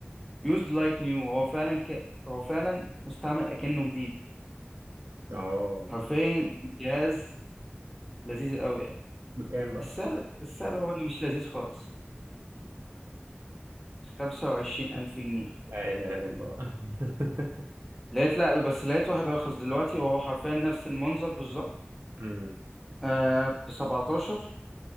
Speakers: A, in the centre; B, on the right.
A: يوزد لايك نيو هو فعلا ك... هو فعلا مستعمل اكنه جديد
B: اه
A: حرفيا جهاز لذيذ قوي يعني
B: بكام بقى
A: السعر السعر هو اللي مش لذيذ خالص 25000 جنيه
B: لا اله الا الله <laughs>
A: لقيت لا بس لقيت واحد ارخص دلوقتي وهو حرفيا نفس المنظر بالظبط
B: امم
A: آه ب 17